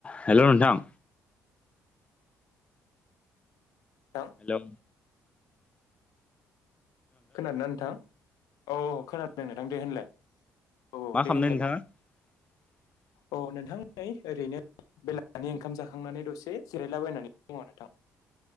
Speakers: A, on the left (about 20°); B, on the left (about 80°).
A: हेलौ नोंथां।
B: नोंथां
A: हेलौ।
B: खोनादोंना नोंथां औ औ खोनादों दे नोंथां दे होनलाय। औ औ
A: मा खालामदों
B: देहोनलाइड।
A: नोंथाङा <inaudible>
B: औ नोंथां नै ओरैनो। बेलासिनि ओंखाम जाखांनानै दसे जिरायलाबायनानै दङ नोंथां